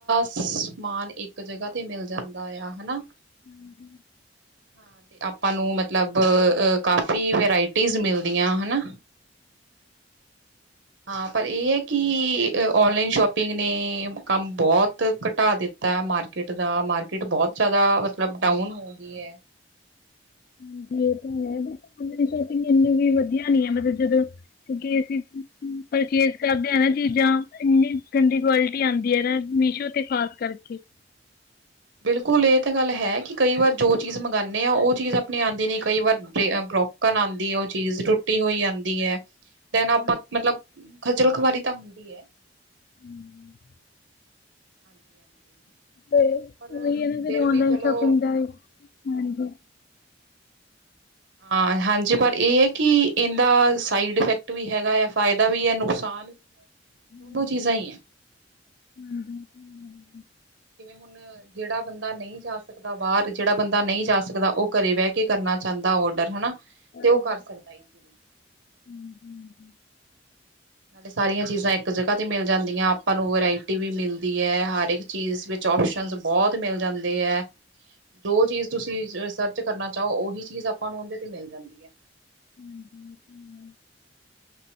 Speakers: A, on the right; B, on the left.
A: ਸਮਾਨ ਇੱਕ ਜਗ੍ਹਾ ਤੇ ਮਿਲ ਜਾਂਦਾ ਆ ਹਨਾ।
B: ਹਾਂਜੀ।
A: ਹਾਂ ਤੇ ਆਪਾਂ ਨੂੰ ਮਤਲਬ ਕਾਫੀ ਵਰਾਇਟੀਜ਼ ਮਿਲਦੀਆਂ ਹਨਾ। ਹਾਂ ਪਰ ਇਹ ਹੈ ਕਿ ਔਨਲਾਈਨ ਸ਼ੋਪਿੰਗ ਨੇ ਕੰਮ ਬਹੁਤ ਘਟਾ ਦਿੱਤਾ। ਤਾ ਮਾਰਕੀਟ ਦਾ ਮਾਰਕੀਟ ਬਹੁਤ ਜਿਆਦਾ ਮਤਲਬ ਡਾਊਨ ਹੋ ਗਈ ਹੈ।
B: ਹਾਂਜੀ ਇਹ ਤਾਂ ਹੈ ਬਸ ਆਨਲਾਈਨ ਸ਼ੋਪਿੰਗ ਇਹਨੂੰ ਵੀ ਵਧੀਆ ਨੀ ਹੈ ਮਤਲਬ ਜਦੋਂ ਕਿਉਂਕ ਅਸੀ ਪਰਚੇਸ ਕਰਦੇ ਆ ਨਾ ਚੀਜ਼ਾਂ ਇੰਨੀ ਗੰਦੀ ਕੁਆਲਿਟੀ ਆਉਂਦੀ ਨਾ ਮੀਸ਼ੋ ਤੇ ਖ਼ਾਸ ਕਰਕੇ। <unintelligible>
A: ਬਿਲਕੁਲ ਇਹ ਤਾਂ ਗੱਲ ਹੈ ਕਿ ਕਈ ਵਾਰ ਜੋ ਚੀਜ਼ ਮੰਗਉਂਦੇ ਆ ਉਹ ਚੀਜ਼ ਆਪਣੀ ਆਉਂਦੀ ਨ ਕਈ ਵਾਰ ਰੋਕਣ ਆਉਂਦੀ ਹੈ ਉਹ ਚੀਜ਼ ਟੁੱਟੀ ਹੋਈ ਆਉਂਦੀ ਹੈ। ਦਿਨ
B: ਹਾਂਜੀ।
A: ਆਪਾਂ ਮਤਲਬ ਖਜਲ ਖੁਆਰੀ ਤਾਂ ਹੁੰਦੀ ਹੈ।
B: ਹਮ
A: ਹਾਂਜੀ ਹਾਂਜੀ
B: ਤੇ
A: ਪਰ
B: ਉਹੀ ਹੈ ਨਾ ਫਿਰ
A: ਵੀ
B: ਆਨਲਾਈਨ
A: ਚਲੋ
B: ਸ਼ੋਪਿੰਗ ਦਾ ਏ ਹਾਂਜੀ।
A: ਹਾਂ ਹਾਂਜੀ ਪਰ ਇਹ ਹੈ ਕਿ ਇਹਦਾ ਸਾਈਡ ਇਫੈਕਟ ਵੀ ਹੈਗਾ ਹੈ ਫਾਇਦਾ ਵੀ ਹੈ ਨੁਕਸਾਨ <inaudible>
B: <unintelligible>
A: ਚੀਜ਼ਾਂ ਹੀ ਹੈ। ਹੁਣ ਜਿਹੜਾ ਬੰਦਾ ਨਹੀਂ ਜਾ ਸਕਦਾ ਬਾਹਰ ਜਿਹੜਾ ਬੰਦਾ ਨਹੀਂ ਜਾ ਸਕਦਾ ਉਹ ਘਰੇ ਬਹਿ ਕੇ ਕਰਨਾ ਚਾਹੁੰਦਾ ਦਾ ਔਡਰ ਹਨਾ।
B: <unintelligible>
A: ਤੇ ਉਹ ਕਰ ਸਕਦਾ ਈਜ਼ਲੀ ਨਾਲੇ ਸਾਰੀਆਂ ਚੀਜ਼ਾਂ ਇੱਕ ਜਗ੍ਹਾ ਤੇ ਮਿਲ ਜਾਂਦੀਆਂ ਆਪਾਂ ਨੂੰ ਵਰਾਇਟੀ ਵੀ ਮਿਲਦੀ ਹੈ ਹਰਕ ਚੀਜ਼ ਵਿਚ ਆਪਸ਼ਨ ਬਹੁਤ ਮਿਲ ਜਾਂਦੇ ਹੈ
B: <unintelligible>
A: ਜੋ ਚੀਜ਼ ਤੁਸੀਂ ਸਰਚ ਕਰਨਾ ਚਾਹੋ ਉਹੀ ਚੀਜ਼ ਆਪਾਂ ਨੂੰ ਉਹਦੇ ਤੇ ਮਿਲ ਜਾਂਦੀ ਹੈ।
B: <inaudible>